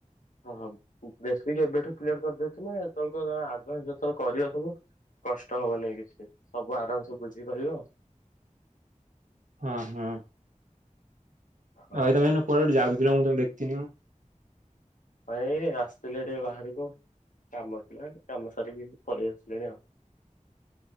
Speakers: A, on the left (about 75°); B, on the right (about 70°).
A: ହଁଁ ବେସିକ୍ ଏବେଠୁ କ୍ଲିୟର କରିଦେଇଥିଲେ, ହେତେବେଳକୁ ଆଡଭାଇସ ଯେତେବେଳେ କରିବାକୁ ହବ କଷ୍ଟ ହବନେଇ କିଛି, ସବୁ ଆରାମ ସେ ବୁଝିପାରିବ।
B: ହଁ- ହଁ।
A: ହଁ
B: ଆଉ ତମେ ହେଦିନ କୁଆଡେ ଗୋଟେ ଯାଉଥିଲ, ମୁଁ ତମକୁ ଦେଖିଥିଲି।
A: ହଁ ଏଇ ଆସିଥିଲି ଟିକେ ବାହାରକୁ କାମ ଥିଲା, କାମ ସାରିକି ପଳେଇ ଆସିଲେଣି ଆଉ।